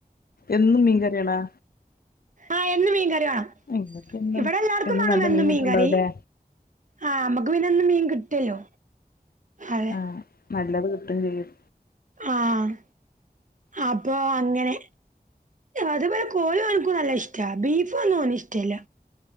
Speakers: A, on the left; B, on the right.
A: എന്നും മീൻ കറിയാണോ
B: ആഹ് എന്നും മീൻകറി വേണം
A: ഇങ്ങക്ക് എന്നും
B: ഇവിടെ എല്ലാർക്കും വേണം
A: നല്ല
B: എന്നും
A: മീൻ കിട്ട്ണ്ടാവുലേ
B: മീൻകറി ആഹ് നമ്മക്ക് പിന്നെ എന്നും മീൻ കിട്ടുവല്ലോ അതെ-
A: ആഹ് നല്ലത് കിട്ടും ചെയ്യും
B: ആഹ് അപ്പൊ അങ്ങനെ അതുപോലെ കോഴി ഓന്ക്ക് നല്ല ഇഷ്ട ബീഫും ഒന്നും ഓന് ഇഷ്ട്ടമല്ല